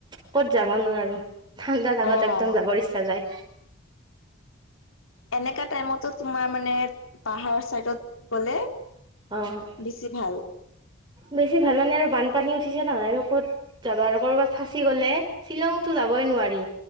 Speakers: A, on the right; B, on the left.
A: ক'ত যাবা নোৱাৰো ঠাণ্ডা জাগাত
B: অ'।
A: একদম যাবৰ ইচ্ছা যায়।
B: এনেকা টাইমতো তোমাৰ মানে পাহাৰ চাইডত গলে
A: অ
B: বেছি ভাল।
A: বেছি ভাল মানে আৰু বানপানী উঠিছে নহয় আৰু ক'ত যাবা আৰু ক'বাত ফাঁচি গ'লে। শ্বিলংতো যাবই নোৱাৰি